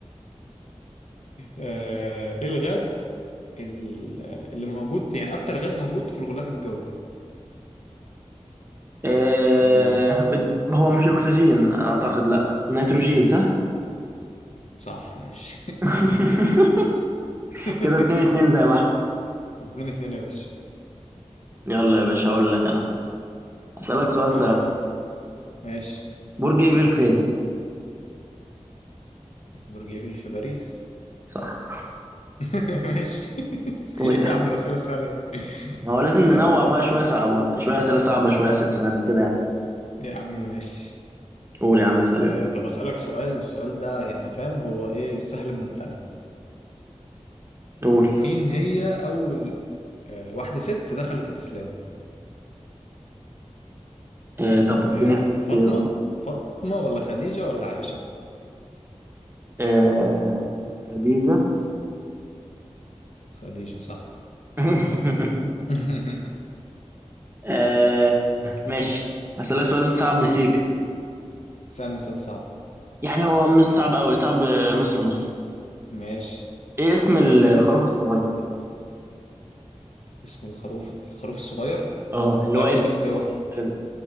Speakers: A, on the left (about 80°); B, on the right (about 20°).
A: آه، ايه الغاز ال- اللي موجود يعني اكتر غاز موجود في الغلاف الجوي
B: آه...
A: ال-
B: هو مش اكسجين اعتقد لا نيتروجين صح
A: صح ماشي
B: <laughs>
A: اتنين
B: كده اتنين اتنين زي ما احنا
A: اتنين يا باشا
B: يلا يا باشا اقول لك انا اسالك سؤال
A: قول
B: سهل
A: لي ماشي
B: برج ايفل فين
A: برج ايفل في باريس
B: صح
A: <laughs> ماشي <laughs>
B: قول يا
A: يا
B: عم
A: عم الأسئلة السهلة دي
B: ما هو لازم
A: آه،
B: ننوع بقى شويه صعبه شويه اسئله صعبه شويه اسئله سهله كده يعني
A: يا عم ماشي
B: قول يا عم اسال
A: آه،
B: يلا
A: طب أسألك سؤال السؤال ده يعني فاهم هو ايه السهل الممتنع
B: قول
A: مين هي أول آه، واحدة ست دخلت الإسلام
B: آه طب اديني
A: آه،
B: اختيارات
A: فاطمة فاطمة ولا خديجة ولا عائشة
B: آه خديجه
A: خديجة صح
B: <laughs>
A: <laughs>
B: آه ماشي هسالك سؤال صعب بسيك
A: سألني سؤال صعب
B: يعني هو مش صعب قوي صعب نص نص
A: ماشي
B: ايه اسم ال- الخروف الصغير
A: اسم الخروف الخروف الصغير
B: اه اللي
A: لا
B: هو
A: اديني
B: ابن
A: اختيار
B: الخروف يعني حاجه زي